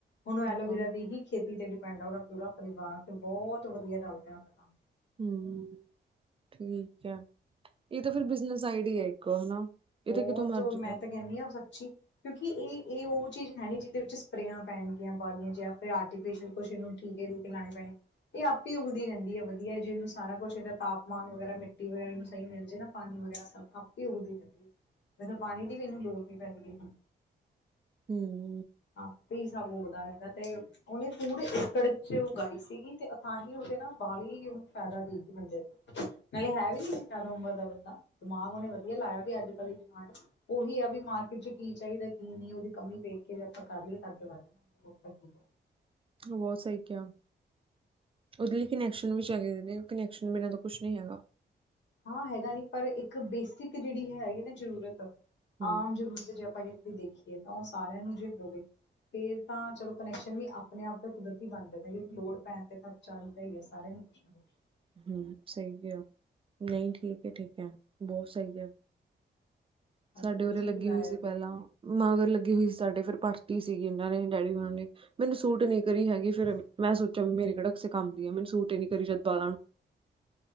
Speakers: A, on the left (about 80°); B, on the right (about 30°).
A: ਹੁਨ ਐਲੋਵਰਾ
B: ਹਾਂ,
A: ਦੀ ਹੀ ਖੇਤੀ ਤੇ ਡਿਪੈਂਡ ਆ ਓਦਾ ਪੂਰਾ ਪਰਿਵਾਰ ਤੇ ਬੋਤ ਵੱਧੀਆ ਚੱਲ ਰੇਆ ਓਦਾ ਕੰਮ।
B: ਹੂੰ ਠੀਕ ਆ ਏ ਤਾਂ ਫਿਰ ਬਿਜਨਸ ਆਈਡੀਆ ਇੱਕ, ਹਨਾ? ਇਹ
A: ਬੋਹਤ
B: ਤਾਂ ਕਿਤੋਂ ਮਰਜ਼ੀ ਕਰੋ
A: ਮੈਂ ਤੇ ਕੇਨੀ ਆ ਸੱਚੀ ਕਿਉਂਕਿ ਏ- ਏ ਓ ਚੀਜ਼ ਹੈਨੀ ਜਿਦੇ ਵਿੱਚ ਸਪਰੇਆਂ ਪੈਣਗੀਆਂ ਵਾਲੀਆਂ ਜਾਂ ਫਿਰ ਆਰਟੀਫਿਸ਼ਅਲ ਕੁਛ ਏਨੂੰ ਟੀਕੇ-ਟੂਕੇ ਲਾਣੇ ਪੈਣੇ। ਏ ਆਪੇ ਈ ਉੱਗਦੀ ਰੇਂਦੀ ਐ ਵੱਧੀਆ ਜੇ ਏਨੂੰ ਸਾਰਾ ਕੁਛ ਏਦਾ ਤਾਪਮਾਨ ਵਗੈਰਾ ਮਿੱਟੀ ਵਗੈਰਾ ਏਨੂੰ ਸਈ ਮਿਲ ਜੇ ਨਾ, ਪਾਣੀ ਵਗੈਰਾ ਸਭ ਆਪੇ ਈ ਉੱਗਦੀ ਰੇਂਦੀ ਐ। ਵੈਸੇ ਪਾਣੀ ਦੀ ਵੀ ਏਨੂੰ ਲੋੜ ਨੀ ਪੈਂਦੀ ਪਈ ਹੁਨ।
B: ਹੂੰ।
A: ਆਪੀ ਸਬ ਉੱਗਦਾ ਰੇਂਦਾ ਤੇ ਓਨੇ ਪੂਰੇ ਏਕੜ ਚ ਉਗਾਈ ਸੀਗੀ ਤੇ ਤਾਂਹੀ ਓਦੇ ਨਾ ਬਾਹਲੀ ਓਨੂੰ ਫੈਦਾ ਦੇਗੀ ਬੰਦੇ ਨੂੰ। ਨਾਲੇ ਹੈ ਵੀ ਨੀ ਸੀ ਜ਼ਾਦਾ ਉਮਰ ਦਾ ਬੰਦਾ ਦਿਮਾਗ ਓਨੇ ਵੱਧੀਆ ਲਾਏਆ ਵੀ ਅੱਜ-ਕੱਲ ਦੀ ਡਿਮਾਂਡ ਓਹੀ ਆ ਵੀ ਮਾਰਕੀਟ ਚ ਕੀ ਚਾਈਦਾ ਕੀ ਨਈ ਓਦੀ ਕਮੀ ਵੇਖ ਕਿ ਜੇ ਆਪਾਂ ਕਰ ਨੀ ਸਕਦੇ ਵੱਧ ਬਣਾਈਏ ਹੋਰ ਤਾਂ ਕੀ ਆ।
B: ਤੂ ਬੋਤ ਸਈ ਕੇਆ। ਓਦੇ ਲਈ ਕਨੈਕਸ਼ਨ ਵੀ ਚਾਹੀਦੇ ਨੇ ਕਨੈਕਸ਼ਨ ਬਿਨਾਂ ਤਾਂ ਕੁਛ ਨਈ ਹੈਗਾ।
A: ਹਾਂ ਹੈਗਾ ਨੀ ਪਰ ਏਕ ਬੇਸਿਕ ਜੇੜੀ ਹੈਗੀ ਨਾ ਜ਼ਰੂਰਤ,
B: ਹੂੰ
A: ਆਮ ਜਰੂਰਤ ਜੇ ਆਪਾਂ ਵੀ ਦੇਖੀਏ ਤਾਂ ਓ ਸਾਰੇਆਂ ਨੂੰ ਜੇ ਹੋਵੇ। ਫੇਰ ਤਾਂ ਚਲੋ ਕਨੈਕਸ਼ਨ ਵੀ ਆਪਣੇ- ਆਪ ਅ ਕੁਦਰਤੀ ਬਣ ਜਾਂਦਾ ਕਿਉਂਕ ਲੋੜ ਪੈਣ ਤੇ ਤਾਂ ਚੱਲਦਾ ਈ ਐ ਸਾਰੇਆਂ ਨੂੰ। ਕੁਛ ਨਾ ਕੁਛ
B: ਹੂੰ, ਸਈ ਕੇਆ ਨਈ ਠੀਕ ਐ ਠੀਕ ਐ ਬੋਤ ਸਈ ਕੇਆ। ਸਾਡੇ
A: ਬਾਕੀ ਤੁਸੀਂ
B: ਉਰੇ ਲੱਗੀ
A: ਵੀ ਲਾਇਆ
B: ਹੋਈ ਸੀ
A: ਜੇ।
B: ਪੇਲਾ ਮਗਰ ਲੱਗੀ ਹੋਈ ਸੀ ਸਾਡੇ ਫਿਰ ਪੱਟਤੀ ਸੀ ਏਨਾਂ ਨੇ ਡੈਡੀ ਹੁਨਾ ਨੇ, ਹ- ਮੈਨੂੰ ਸੂਟ ਨੀ ਕਰੀ ਹੈਗੀ ਫੇਰ ਮੈਂ ਸੋਚੇਆ ਵੀ ਮੇਰੇ ਕੇੜਾ ਕਿਸੇ ਕੰਮ ਦੀ ਆ, ਮੈਨੂੰ ਸੂਟ ਨੀ ਕਰੀ ਜਿਦਾ ਨਾ।